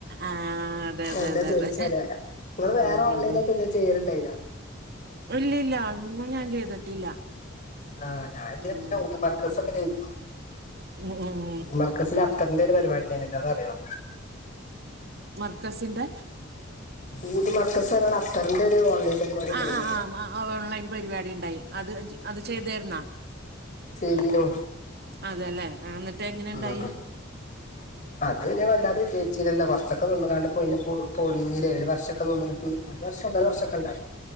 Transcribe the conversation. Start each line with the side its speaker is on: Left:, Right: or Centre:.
Right: ആഹ് അതെ അതെ
Left: എല്ലാം
Right: അതെ
Left: ചോദിച്ച്
Right: അതെ
Left: അറിയാം നിങ്ങള് വേറെ
Right: ഉം
Left: ഓൺലൈനായിട്ട്
Right: ഉം
Left: എന്തേലും ചെയ്യൽ ഉണ്ടായിരുന്നോ
Right: ഇല്ലല്ല ഒന്നും ഞാൻ ചെയ്തിട്ടില്ല
Left: ആഹ് ഞാൻ ഇതിനു
Right: ഉം
Left: മുൻപേ ഊദ് മർകസ് ഒകെ ചെയ്‌തിട്ടുണ്ട്
Right: ഉം ഉം
Left: മർക്കസിന് അത്തറിന്റെ ഒരു പരിപാടി ഉണ്ട് അത് അറിയോ
Right: മർക്കസിന്റെ
Left: ഊത് മർകാസിന്റ അത്തറിന്റെ ഒരു ഓൺലൈൻ പരിപാടി ഉണ്ടായിരുന്നല്ലോ
Right: ആഹ് ആഹ് ആഹ് ഓൺലൈൻ പരിപാടി ഉണ്ടായി അത് അത് ചെയ്തിരുന്നോ
Left: ചെയ്തീനു
Right: അതല്ലേ എന്നിട്ട് എങ്ങനെയുണ്ടായി.
Left: ഉം അത് പിന്നെ വല്ലാതെ വിജയിച്ചില്ലല്ലോ കൊറച്ചൊക്കെ നിന്നുങ്ങാണ്ട് പോയിന് പൊളിഞ്ഞില്ലേ ഒരു വർഷം ഉം നിന്ന്ണ് ഒരു വർഷം ഒന്നര വർഷം ഒക്കെണ്ടായി